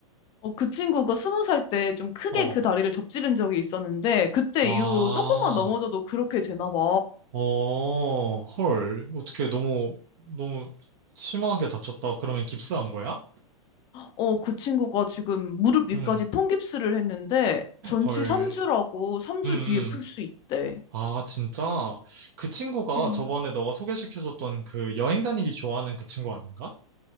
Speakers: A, on the left (about 25°); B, on the right (about 40°).
A: 어, 그 친구가 스무 살 때 좀 크게
B: 어.
A: 그 다리를 접지른 적이 있었는데, 그때
B: 아,
A: 이후로 조금만 넘어져도 그렇게 되나 봐.
B: 어, 헐. 어떻게 너무, 너무 심하게 다쳤다. 그러면 깁스한 거야?
A: 어, 그 친구가 지금 무릎 위까지
B: 응,
A: 통깁스를 했는데 전치
B: 헐.
A: 3주라고 3주
B: 응, 응.
A: 뒤에 풀 수 있대.
B: 아, 진짜? 그 친구가
A: 음.
B: 저번에 너가 소개시켜줬던 그 여행 다니기 좋아하는 그 친구 아닌가?